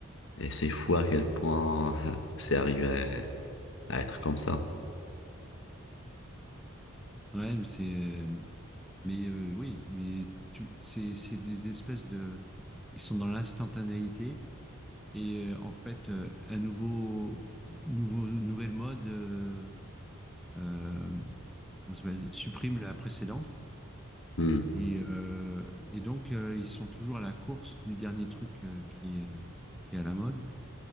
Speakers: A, on the left; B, in the centre.
A: Et c'est fou à quel point <laughs> c'est arrivé à être comme ça.
B: ouais, mais c'est, mais euh, oui, mais tu- c'est c'est des espèces de ils sont dans l'instantanéité et euh, en fait euh, un nouveau nouveau nouvelle mode euh, euh, comment ça s'appelle supprime la précédente
A: Hmm.
B: et euh, et donc euh, ils sont toujours à la course du dernier truc euh, qui est euh, qui est à la mode